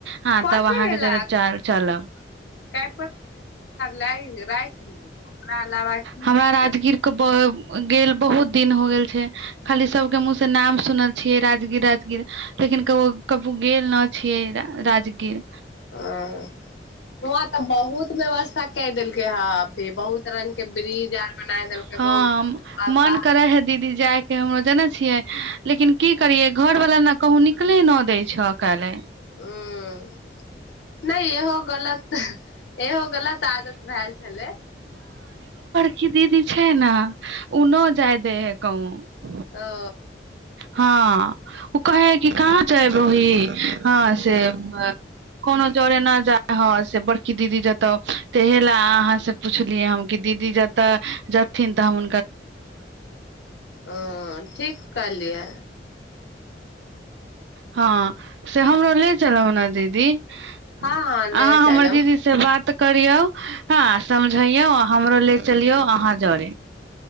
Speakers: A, on the right (about 80°); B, on the left (about 85°).
A: हँ
B: कॉथ
A: तब अहाँके
B: य ल
A: जरे चल चलब
B: क पै ल राख ककरा लवा की
A: हमरा राजगीर के गेल बहुत दिन हो गेल छै खाली सब के मुह से नाम सुनल छियै राजगीर राजगीर लेकिन क कबू गेल न छियै राजगीर
B: ह न तऽ बहुत व्यस्थाेाइै ह अभी बहुत रंगग के ब्रिज आर बना देलकै
A: हँ
B: बहुत र
A: मन
B: प
A: करे है दीदी जाय के हमरो जानै छियै लेकिन की करियऐ घर वला ने कहु निकले न दै छकाल्हि
B: ह नहि इहो गलत एहो गलत सादत भेलए छलै
A: ी दीदी छै ने उऊनो जाय दै है कहु
B: आ
A: हँ ओ कहे है कि कहाँ जाय बही हँ से कोनो जरे न जाय ह से बड़की दीदी जतऽ तह लए अहाँ से पुछलियै हम कि दीदी जतऽ जथिन तऽ हमु
B: ओ ठीक कर इलिय
A: हँ से हमरो ले चलहो ने दीदी अहाँ
B: हँ हँ ले चलब
A: हमर दीदी से बात करियौ हँ समझैयौ हमरो लेल चलियौ अहाँ जरे